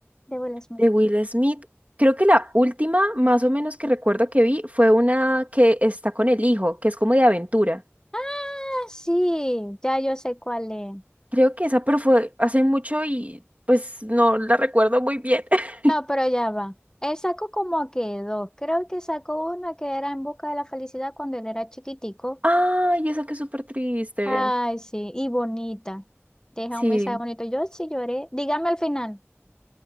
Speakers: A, on the left; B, on the right.
A: de Will Smith.
B: De Will Smith, creo que la última, más o menos que recuerdo que vi, fue una que está con el hijo, que es como de aventura.
A: Ah, sí, ya yo sé cuál es.
B: Creo que esa, pero fue hace mucho y pues no la recuerdo muy bien. <laughs>
A: No, pero ya va. Él sacó como que dos. Creo que sacó una que era En busca de la felicidad cuando él era chiquitico.
B: Ay, esa que es súper triste.
A: Ay, sí, y bonita. Deja
B: Sí.
A: un mensaje bonito. Yo sí lloré. Dígame el final.